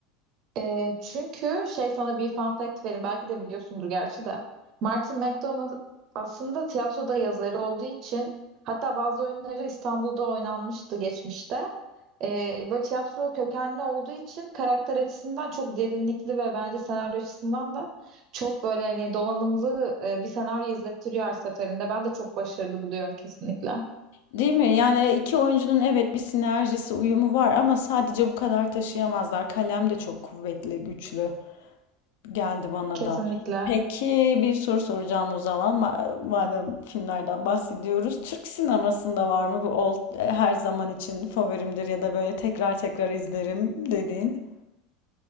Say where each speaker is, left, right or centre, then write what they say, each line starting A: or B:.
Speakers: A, on the right; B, on the left.
A: Ee, çünkü şey sana bir fun fact vereyim. Belki de biliyorsundur gerçi de. Martin McDonagh aslında tiyatroda yazarı olduğu için hatta bazı oyunları İstanbul'da oynanmıştı geçmişte. Ee, böyle tiyatro kökenli olduğu için karakter açısından çok derinlikli ve bence senaryo açısından da çok böyle hani donanımlı e, bir senaryo izlettiriyor her seferinde. Ben de çok başarılı buluyorum kesinlikle.
B: Değil mi? Yani iki oyuncunun evet bir sinerjisi, uyumu var ama sadece bu kadar taşıyamazlar. Kalem de çok kuvvetli, güçlü geldi bana
A: Kesinlikle.
B: da. Peki bir soru soracağım o zaman. Ma- madem filmlerden bahsediyoruz. Türk sinemasında var mı bu old, e, her zaman için favorimdir ya da böyle tekrar tekrar izlerim dediğin?